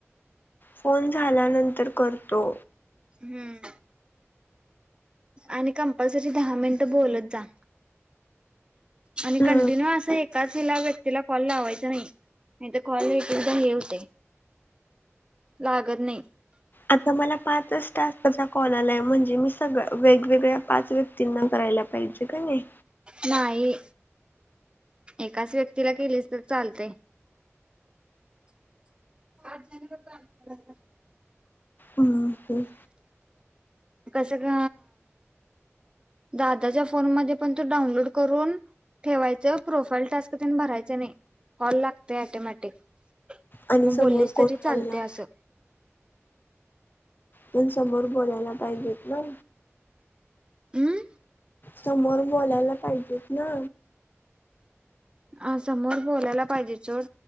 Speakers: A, on the left (about 40°); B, on the right (about 20°).
A: फोन झाल्यानंतर करतो.
B: हम्म! आणि कंपल्सरी दहा मिनिट बोलत जा. आणि
A: हम्म
B: कंटिन्यू अस एक एकाच हिला व्यक्तीला कॉल लावायचा नाही, नाही तर कॉल एक एकदा हे होतय लागत नाही.
A: आता मला पाचच टास्कचा कॉल आलाय, म्हणजे मी सगळ्या वेगवेगळ्या पाच व व्यक्तीना करायला पाहिजे, की नाही?
B: नाही. एकाच व्यक्तीला केलीसं तर चालतय. <unintelligible> <inaudible>
A: हम हम.
B: कसं ग दादाच्या फोनमध्ये पण तो डाउनलोड करून ठेवायचं, प्रोफाईल टास्क तेन भरायचं नाही, कॉल लागतोय ऑटोमॅटिक.
A: आणि
B: मग
A: समोर
B: बोललीस
A: कोण
B: तरी चालतय,
A: बोलणार
B: असं
A: पण समोर बोलायला पाहिजेत ना?
B: अं?
A: समोर बोलायला पाहिजेत ना?
B: हा, समोर बोलायला पाहिजेत सोड,